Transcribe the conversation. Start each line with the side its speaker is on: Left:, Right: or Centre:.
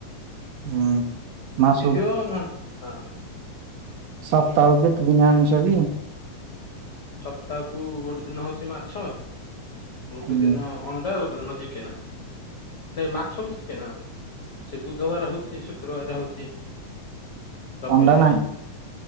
Right: ଉୁଁ
Left: ରୁଟି
Right: ମାସୁ।
Left: ଥିବ ନହେଲେ ହଁ
Right: ସପ୍ତାହକୁ କେତେ ଦିନ ଆମିଷ କି?
Left: ସପ୍ତାହକୁ ଗୋଟେ ଦିନ ହଉଛି ମାଛ, ଗୋଟେ
Right: ହୁଁ
Left: ଦିନ ଅଣ୍ଡା, ଗୋଟେ ଦିନ ଜି କେନା ନାଇ, ମାଛ କୁ ଚିକେନ। ସେ ବୁଧବାର ହଉଛି, ଶୁକ୍ରବାର ହଉଛି, ରବିଆରେ
Right: ଅଣ୍ଡା ନାହିଁ